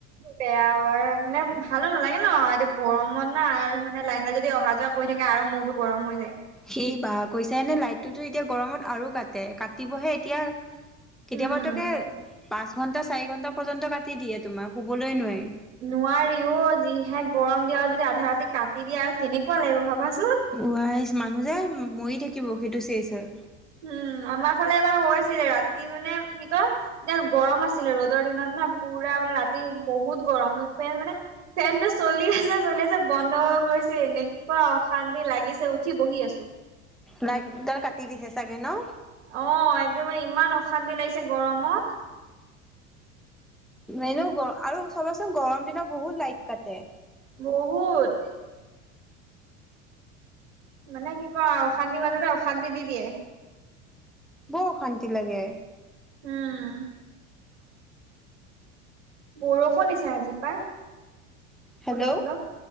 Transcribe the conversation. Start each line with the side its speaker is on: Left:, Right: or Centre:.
Right: বেয়াও আৰু মানে ভালো নালাগে ন' এতিয়া গৰমত না আৰু মানে লাইনডাল যদি অহা যোৱা। কৈ থাকে আৰু মূৰটো গৰম হৈ যায়।
Centre: সেই বা কৈছায়েনে লাইটটোতো এতিয়া গৰমত আৰু কাটে কাটিবহে এতিয়া। কেতিয়াবা
Right: উম
Centre: তোকে পাঁচ ঘন্টা চাৰি ঘন্টা পৰ্যন্ত কাটি দিয়ে তোমাৰ শুবলৈ নোৱাৰি।
Right: নোৱাৰি অ', যিহে গৰম দিয়ে আৰু যদি আধা ৰাতি কাটি দিয়ে আৰু কেনেকুৱা লাগিব ভাবাচোন।
Centre: ৱ আহি মানুহ যে মৰি থাকিব সেইটো চেচ হয়।
Right: উম, আমাৰ ফালে এবাৰ হৈছিলে ৰাতি মানে কি কয়। এতিয়া গৰম আছিলে ৰ'দৰ দিনত না পুৰা মানে ৰাতি বহুত গৰম মানে। ফেনটো চলিআছে-চলিআছে বন্ধ হৈ গৈছে এনেকুৱা অশান্তি লাগিছে উঠি বহি আছোঁ।
Centre: লাইকডাল কাটি দিছে চাগে ন'?
Right: অ', একদমে ইমান অশান্তি লাগিছে গৰমত।
Centre: এনেও গৰ আৰু চাবাচোন গৰম দিনত বহুত লাইট কাটে।
Right: বহুত। মানে কি কও আৰু অশান্তিৰ মাজতে অশান্তি দি দিয়ে।
Centre: বৰ অশান্তি লাগে।
Right: উম। বৰষুণ দিছে আজি পাই।
Centre: হেল্ল'
Right: অলপ-অলপ